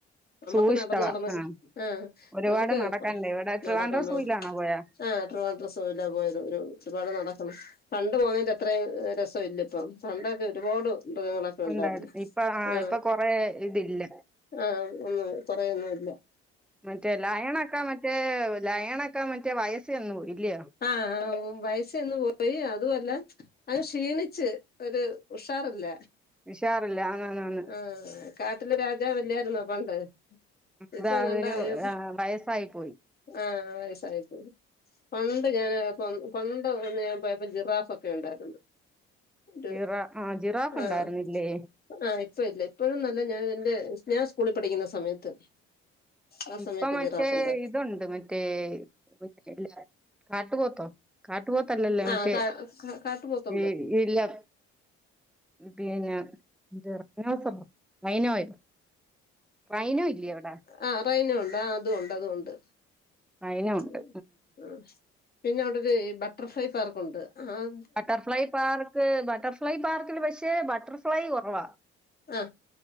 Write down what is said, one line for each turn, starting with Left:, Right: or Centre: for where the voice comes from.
Left: നമ്മുക്ക്
Centre: സൂ ഇഷ്ടവാ
Left: നടന്ന് നടന്ന
Centre: ആ
Left: ആഹ്
Centre: ഒരുപാട്
Left: നമ്മുക്ക്
Centre: നടക്കണ്ടേ ഇവിടെ ട്രിവാൻഡ്രം
Left: നടക്കണ്ട.
Centre: സൂയിലാണോ പോയാ
Left: ആഹ് ട്രിവാൻഡ്രംസൂല്ലാ പോയത്, ഒരു ഒരുപാട് നടക്കണം. പണ്ട് പോന്നതിൻ്റെ അത്രയും രസം ഇല്ല ഇപ്പ പണ്ടൊക്കെ ഒരുപാട് മൃഗങ്ങളൊക്കെ ണ്ടായിരുന്നു.
Centre: ഉണ്ടായിരുന്നു ഇപ്പൊ
Left: ആ
Centre: ഇപ്പൊ കൊറേ ഇതില്ല
Left: ആ ഒന്നും കൊറേന്നും ഇല്ല.
Centre: മറ്റേ ലയണക്കെ മറ്റേ ലയണക്കെ മറ്റേ വയസ് ചെന്നും പോയി ഇല്ലയോ?.
Left: ആഹ് വയസ്സന്നു പോയി അതുമല്ല അത് ക്ഷീണിച്ച് ഒരു ഉഷാറില്ല.
Centre: ഉഷാറില്ല ആണാണ്.
Left: ആഹ് കാട്ടിലെ രാജവല്ലായിരുന്നോ പണ്ട്.
Centre: അതാ
Left: ഇപ്പൊ
Centre: അതൊരു
Left: കണ്ടായോ
Centre: ആ, വയസ്സായി പോയി
Left: ആഹ് ആ വയസായി പോയി. പണ്ട് ഞാന് പണ്ട് ഒന്ന് ഞാൻ പോയപ്പോ ജിറാഫൊക്കെ ഉണ്ടായിരുന്നു. ഒരു
Centre: ജിറാ ആ ജിറാഫ് ഉണ്ടായിരുന്നില്ലേ
Left: ആഹ് ആഹ് ഇപ്പ ഇല്ല ഇപ്പോഴും നല്ല ഞാൻ എന്റെ സ്നാ സ്കൂളിൽ പഠിക്കുന്ന സമയത്ത്. ആ
Centre: ഇപ്പൊ
Left: സമയത്ത്
Centre: മറ്റേ
Left: ജിറാഫ് ഉണ്ട്
Centre: ഇതുണ്ട് മറ്റേ പിന്നല്ല കാട്ടുപത്തോ കാട്ടുപോത്തല്ലല്ലോ
Left: ആ
Centre: മറ്റേ
Left: കാ കാട്ടുപോത്തുണ്ട്
Centre: ഈ ഇല്ലം. പിന്നെ റൈനോ സംഭവം റൈനോയോ റൈനും ഇല്ല അവിടെ
Left: ആഹ് റൈനറുണ്ട് ആ അതുണ്ട് അതുണ്ട്
Centre: റൈനോ ഉണ്ട്
Left: ഉം പിന്നെ അവിടെ ഒരു ബട്ടർഫ്ലൈ പാർക്ക് ഉണ്ട് ആഹ്
Centre: ബട്ടർഫ്ലൈയ് പാർക്ക് ബട്ടർഫ്ലൈയ് പാർക്കില് പക്ഷെ ബട്ടർഫ്ലൈയ് കൊറവാ.
Left: ആ